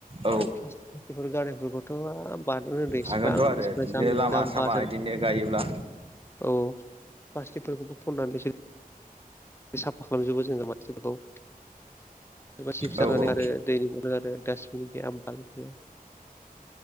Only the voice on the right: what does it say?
औ
हागोनथ'
आरो
बिदिनो
लामा
सामा
बिदिनो गायोब्ला
औ औ